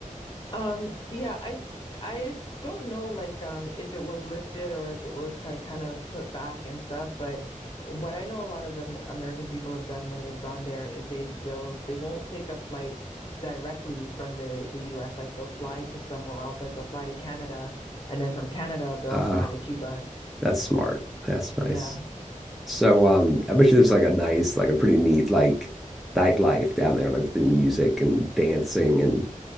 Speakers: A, on the left; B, in the centre.
A: Um, yeah, I I don't know like um if it was lifted or if it was ki kind of put back and stuff, but what I know a lot of Am American people have done when they've gone there is they they'll they won't take a flight directly from the the US, like they'll fly to somewhere else, like they'll fly to Canada and then from Canada they'll
B: uh
A: fly to Cuba.
B: that's
A: So,
B: smart. That's nice.
A: yeah.
B: So um I bet you there's like a nice, like a pretty neat like nightlife down there, like the music and dancing and